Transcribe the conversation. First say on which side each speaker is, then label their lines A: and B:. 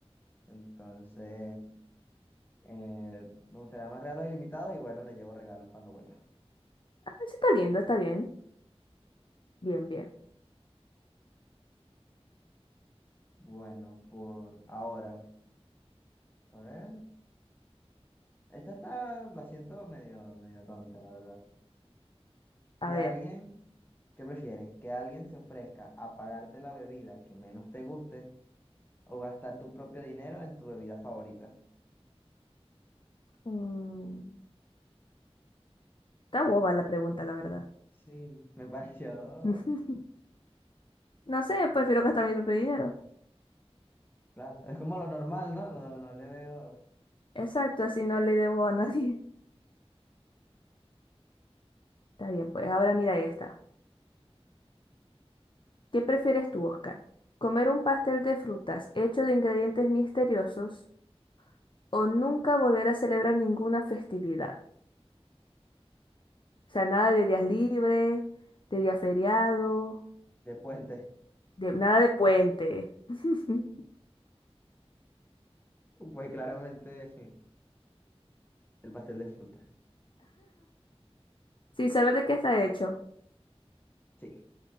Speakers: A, on the left; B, on the left.
A: Entonces, Eh, me gustaría más regalos ilimitados y bueno, le llevo regalos cuando vuelva.
B: Ah, eso está lindo, está bien. Bien, bien.
A: Bueno, por ahora, a ver. Esta está, la siento medio, medio tonta, la verdad.
B: A
A: Que
B: ver.
A: alguien, ¿qué prefieres? Que alguien se ofrezca a pagarte la bebida que menos te guste o gastar tu propio dinero en tu bebida favorita.
B: mm, está boba la pregunta, la verdad.
A: Sí, me <laughs> pareció,
B: <laughs> No sé, prefiero gastar mi propio dinero.
A: claro, es como lo normal, ¿no? No, no le veo
B: Exacto, así no le debo a nadie. <laughs> Está bien, pues ahora mira esta. ¿Qué prefieres tú, Oscar? ¿Comer un pastel de frutas hecho de ingredientes misteriosos o nunca volver a celebrar ninguna festividad? O sea, nada de días libres, de día feriado,
A: de puente.
B: de, nada de puente. <laughs>
A: Pues claramente el pastel de fruta.
B: Sin saber de qué está hecho.
A: Sí.